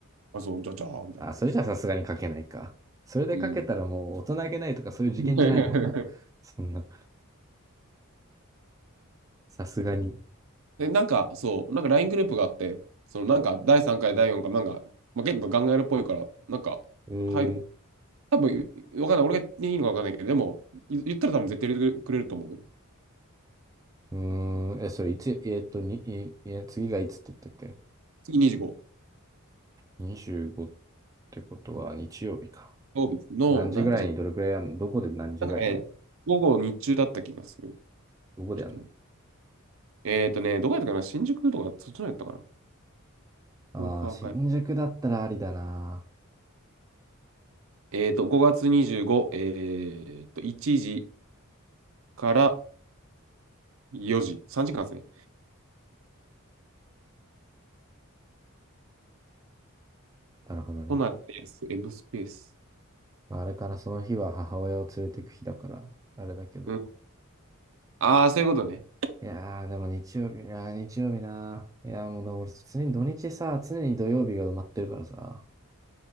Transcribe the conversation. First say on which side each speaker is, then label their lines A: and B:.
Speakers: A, on the right; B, on the right.
A: あ、そう、じゃじゃー、みたいな。
B: ああ、それじゃさすがにかけないか。それでかけたらもう大人げないとかそういう事件じゃないもんな。
A: うん。<laughs>
B: そんな、さすがに。
A: で、なんか、そう、なんか LINE グループがあって、その、なんか、第3回、第4回、なんか、まあ、結構ガンガールっぽいから、なんか、
B: うーん、
A: 入る多分、わかんない。俺がいいのかわかんないけど、でも、い言ったら多分絶対入れてくれると思うよ。
B: うーん、え、それいつ、えーっと、に、え、え次がいつって言ったっけ
A: 次25、
B: ?25 ってことは日曜日か。
A: 曜日の何時だ
B: 何時ぐらいにどれくらいやんのどこで何時ぐらいやんの
A: なんかね、午後日中だった気がする。
B: どこでやんの
A: ちょっとえっとね、どこやったかな新宿とか、そっちのやったかな
B: ああ新宿だったらありだな。
A: ポーカー会。えっと、5月25、えっと、1時から4時、3時間ですね。
B: なるほどね。
A: 都内でやす。M スペース。
B: まあ、あれからその日は母親を連れてく日だから、あれだけど。
A: うん。ああ、そういうことね。
B: いやー、でも日曜日、あー日曜日なー。いやー、もうだ、俺、常に土日さ、常に土曜日が埋まってるからさ、